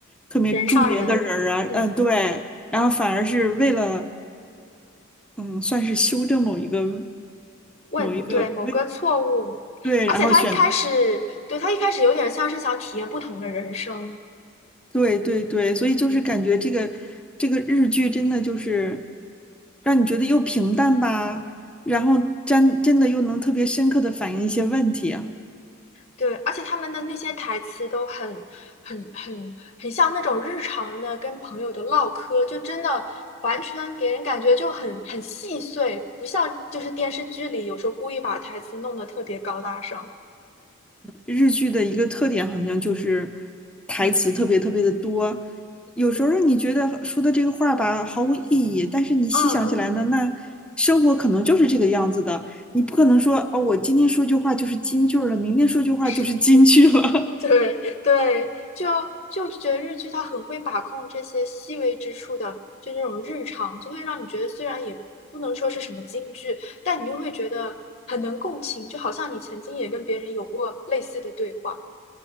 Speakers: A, in the centre; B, on the left (about 30°).
A: 特别著名的人儿啊，
B: 人上人，嗯。
A: 嗯、对，然后反而是为了嗯，算是修正某一个
B: 问，
A: 某一个问，
B: 对，某个错误，
A: 对，
B: 而且他一开始，
A: 然后选
B: 对，他一开始有点像是想体验不同的人生，
A: 对对对，所以就是感觉这个这个日剧真的就是
B: 嗯，
A: 让你觉得又平淡吧，然后真真的又能特别深刻的反映一些问题啊。
B: 嗯，对，而且他们的那些台词都很、很、很、很像那种日常的跟朋友的唠嗑，就真的完全给人感觉就很很细碎，不像就是电视剧里有时候故意把台词弄得特别高大上。
A: 日剧的一个特点好像就是台词特别特别的多，
B: 嗯，
A: 有时候让你觉得说的这个话吧毫无意义，
B: 对，
A: 但是你细想起来呢，
B: 嗯嗯，
A: 那生活可能就是这个样子的，你不可能说哦，
B: 对，
A: 我今天说句话就是金句儿了，明天说句话就是金句了。
B: 是。对对，
A: <laughs>
B: 就就觉得日剧它很会把控这些细微之处的，就那种日常，就会让你觉得虽然也不能说是什么京剧，但你又会觉得很能共情，就好像你曾经也跟别人有过类似的对话。